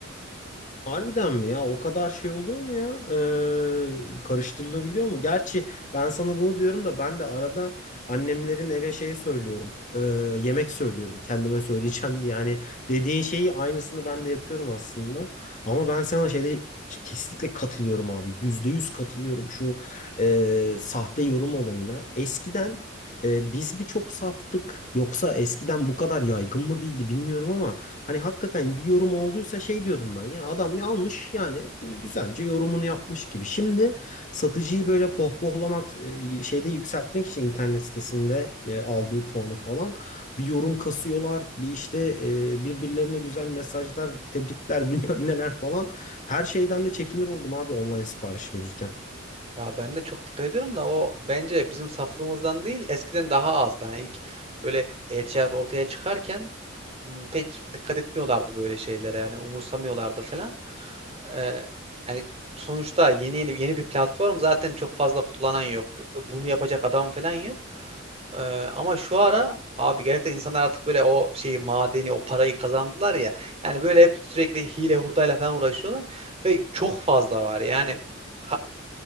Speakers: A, on the left; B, on the right.
A: Harbiden mi ya? O kadar şey oluyor mu ya? Ee, karıştırılabiliyor mu? Gerçi ben sana bunu diyorum da ben de arada annemlerin eve şeyi söylüyorum. Ee, yemek söylüyorum. Kendime söyleyeceğim diye. Yani dediğin şeyi aynısını ben de yapıyorum aslında. Ama ben sana şeyde kesinlikle katılıyorum abi. Yüzde yüz katılıyorum şu e, sahte yorum olayına. Eskiden ee, biz bir çok saftık. Yoksa eskiden bu kadar yaygın mı değildi bilmiyorum ama hani hakikaten bir yorum olduysa şey diyordum ben ya adam ya almış yani güzelce yorumunu yapmış gibi. Şimdi satıcıyı böyle pohpohlamak e, şeyde yükseltmek için internet sitesinde e, aldığı puanı falan bir yorum kasıyorlar. Bir işte e, birbirlerine güzel mesajlar, tebrikler <laughs> bilmem neler falan. Her şeyden de çekinir oldum abi online sipariş verirken.
B: Ya ben de çok dikkat ediyorum da o bence bizim saflığımızdan değil eskiden daha azdı. Hani ilk böyle e-ticaret ortaya çıkarken Hmm, pek dikkat etmiyorlardı böyle şeylere yani umursamıyorlardı falan. Ee, yani sonuçta yeni yeni yeni bir platform zaten çok fazla kullanan yok. Bunu yapacak adam falan yok. Ee, ama şu ara abi gerçekten insanlar artık böyle o şeyi madeni o parayı kazandılar ya. Yani böyle hep sürekli hile hurdayla falan uğraşıyorlar ve çok fazla var. Yani ha-